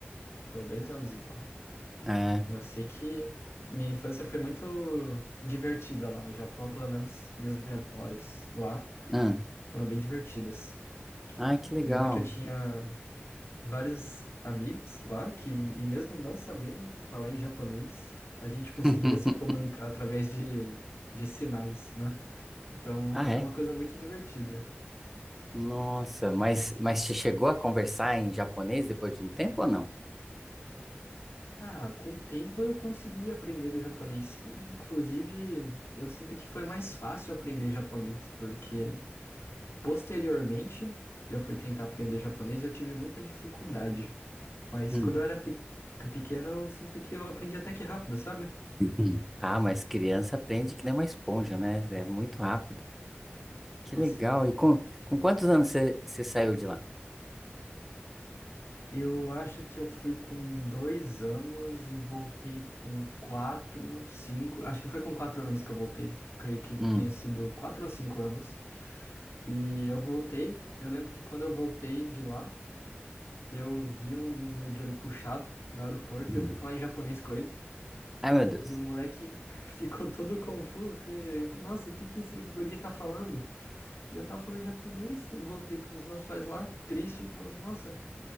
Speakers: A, on the left; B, in the centre.
A: Foi dois anos, então.
B: É.
A: Eu sei que minha infância foi muito divertida lá no Japão, pelo menos minhas memórias lá.
B: Ah,
A: Foram bem divertidas.
B: ai, que legal.
A: Me lembro que eu tinha vários amigos lá que, e mesmo não sabendo falar em japonês, a gente conseguia
B: <laughs>
A: se comunicar através de, de sinais, né? Então
B: Ah,
A: era
B: é?
A: uma coisa muito divertida.
B: Nossa, mas, mas você chegou a conversar em japonês depois de um tempo ou não?
A: Ah, com o tempo eu consegui aprender no japonês, sim. Inclusive, eu sinto que foi mais fácil aprender japonês, porque posteriormente eu fui tentar aprender japonês e eu tive muita dificuldade. Mas
B: Hum,
A: quando eu era pe- pequeno, eu sinto que eu aprendi até que rápido, sabe?
B: hum. Ah, mas criança aprende que nem uma esponja, né? É muito rápido. Que
A: Nossa.
B: legal. E com, com quantos anos você você saiu de lá?
A: Eu acho que eu fui com dois anos e voltei com quatro, cinco. Acho que foi com quatro anos que eu voltei. Creio que tenha
B: Hum.
A: sido quatro ou cinco anos. E eu voltei. Eu lembro que quando eu voltei de lá, eu vi um menino de olho puxado no aeroporto
B: hum.
A: e eu fui falar em japonês com ele.
B: Ai, meu Deus.
A: E o moleque <laughs> ficou todo confuso, porque, nossa, o que que esse guri tá falando? E eu tava falando japonês, eu voltei pros meus pais lá, triste, falando, nossa,